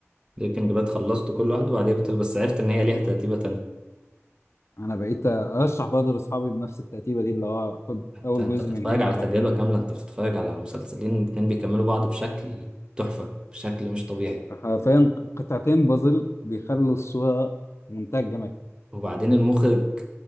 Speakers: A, on the right; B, on the left.
A: بريكنج باد خلصته كل واحد وبعديها بيتر بس عرفت ان هي ليها ترتيبه تانية
B: انا بقيت ارشح برضه لاصحابي بنفس الترتيبه دي اللي هو خد
A: انت
B: اول
A: انت
B: جزء
A: بتتفرج
B: من هنا
A: على
B: وبعدين
A: تجربه كامله انت بتتفرج على مسلسلين الاتنين بيكملوا بعض بشكل تحفه بشكل مش طبيعي
B: حرفيا قطعتين بازل بيخلوا الصوره منتهى الجمال
A: وبعدين المخرج